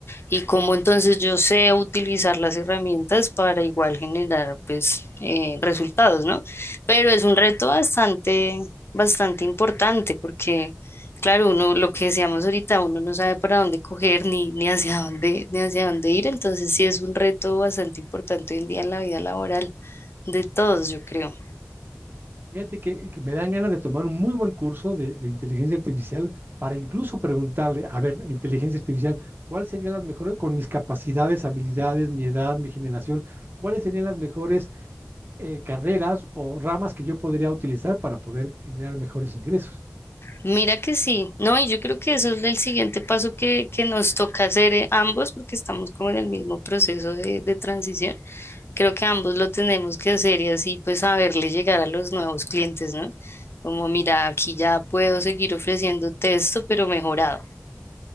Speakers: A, on the left (about 50°); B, on the right (about 40°).
A: y cómo entonces yo sé utilizar las herramientas para igual generar pues eh, resultados, ¿no? Pero es un reto bastante, bastante importante porque, claro, uno, lo que decíamos ahorita, uno no sabe para dónde coger ni, ni hacia dónde, ni hacia dónde ir, entonces sí es un reto bastante importante hoy en día en la vida laboral de todos, yo creo.
B: Fíjate que, que me dan ganas de tomar un muy buen curso de, de inteligencia artificial para incluso preguntarle, a ver, inteligencia artificial, ¿cuáles serían las mejores, con mis capacidades, habilidades, mi edad, mi generación, cuáles serían las mejores eh, carreras o ramas que yo podría utilizar para poder generar mejores ingresos?
A: Mira que sí, no, y yo creo que eso es el siguiente paso que, que nos toca hacer eh, ambos, porque estamos como en el mismo proceso de, de transición. Creo que ambos lo tenemos que hacer y así pues saberle llegar a los nuevos clientes, ¿no? Como, mira, aquí ya puedo seguir ofreciendo texto, pero mejorado.